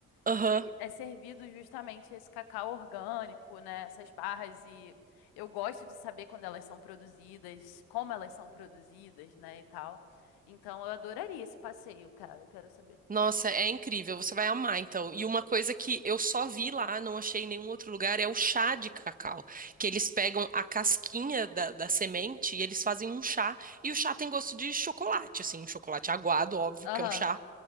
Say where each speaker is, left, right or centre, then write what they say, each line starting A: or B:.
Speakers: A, on the right; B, on the left.
A: aham.
B: E é servido justamente esse cacau orgânico, né? Essas barras e eu gosto de saber quando elas são produzidas, como elas são produzidas, né, e tal. Então eu adoraria esse passeio, cara. Eu quero saber.
A: Nossa, é incrível, você vai amar então. E uma coisa que eu só vi lá, não achei em nenhum outro lugar, é o chá de cacau, que eles pegam a casquinha
B: Uhum,
A: da, da semente e eles fazem um chá, e
B: uhum.
A: o chá tem gosto de chocolate, assim, um chocolate aguado, óbvio,
B: Aham.
A: porque é um chá,